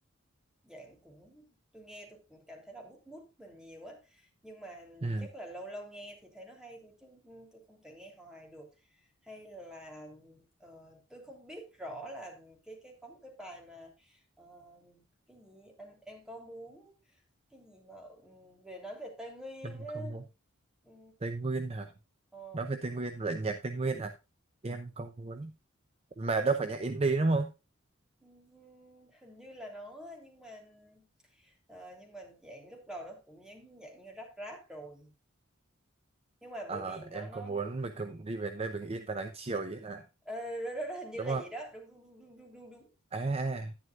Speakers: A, in the centre; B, on the right.
A: dạng cũng tôi nghe tôi cũng cảm thấy là bút bút mình nhiều á nhưng mà
B: ừ,
A: chắc là lâu lâu nghe thì thấy nó hay thôi chứ ừ, tôi không thể nghe hoài được hay là ờ, tôi không biết rõ là cái cái có một cái bài mà ờ, cái gì anh em có muốn cái gì mà ừ, về nói về Tây Nguyên
B: em
A: á
B: không muốn
A: ừ,
B: Tây Nguyên hả
A: ờ
B: nói về Tây Nguyên lại nhạc Tây Nguyên hả em có muốn mà đâu phải nhạc indie đúng không
A: Ừm, hình như là nó nhưng mà ờ, nhưng mà dạng lúc đầu nó cũng dạng, dạng như ráp ráp rồi nhưng mà
B: Ờ,
A: bởi vì nó
B: em
A: nó
B: có muốn mình cùng đi về nơi bình yên và nắng chiều vậy hả
A: ờ, đó, đó, đó, hình như
B: đúng
A: là
B: không
A: vậy đó đúng đúng đúng đúng đúng đúng
B: à à